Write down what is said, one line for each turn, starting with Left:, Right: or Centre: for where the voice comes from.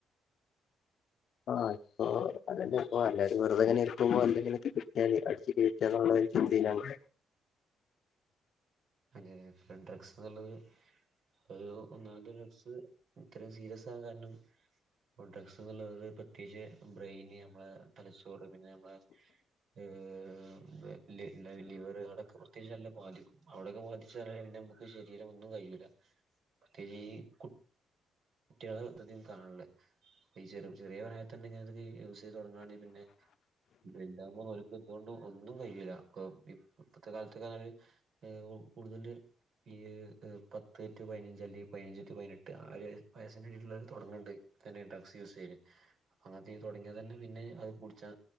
Left: ആഹ് ഇപ്പോ അതന്നെ ഇപ്പോ എല്ലാരും വെറുതെയിങ്ങനെ ഇരിക്കുമ്പോ എന്തെങ്കിലൊക്കെ കിട്ടിയാല് അടിച്ച് കേറ്റാനുള്ളൊരു ചിന്തയിലാണ്
Right: അതേയതേ ഇപ്പഴും ഡ്രഗ്സ്ന്ന്ള്ളത് ഒരു ഒന്നാന്തരഗ്സ് ഇത്രയും സീരിയസാകാൻ കാരണം ഒരു ഡ്രഗ്സ്ന്ന്ള്ളത് ഇപ്പ പ്രത്യേകിച്ച് ബ്രെയിന് നമ്മള തലച്ചോറ് പിന്നെ നമ്മള ഏഹ് ലെ ലൈ ലിവറുകളൊക്കെ പ്രത്യേകിച്ച് നല്ല ബാധിക്കും അവിടെയൊക്കെ ബാധിച്ചാല് പിന്നെയമുക്ക് ശരീരം ഒന്നും കഴിയൂല്ല പ്രത്യേകീ കുട്ട് കുട്ടികളട്ത്തധികോം കാണണെ ഈ ചെറു ചെറിയ പ്രായത്തന്നെ ഇങ്ങനെത്തൊക്കെ ഈ യൂസ് ചെയ്ത് തൊടങ്ങ്ആണെങ്കി പിന്നെ വല്താവുമ്പോ ഓല ബുദ്ധി കൊണ്ട് ഒന്നും കഴിയൂല കോ ടി ഇപ്പത്തെ കാലത്തൊക്കെ <unintelligible> ഏഹ് ഓ കൂടുതല് ഈയ് ത് പത്ത് ടു പയിനഞ്ചല്ലെങ്കി പയിനഞ്ച് ടു പയിനെട്ട് ആഹ് ഒരു വയസിന്റെ കീഴില്ള്ളോര് തൊടങ്ങണ്ട് തന്നേ ഡ്രഗ്സ് യൂസ് ചെയ്യല് ആദ്യം തൊടങ്ങിയാ തന്നെ പിന്നെ അത് പുടിച്ചാ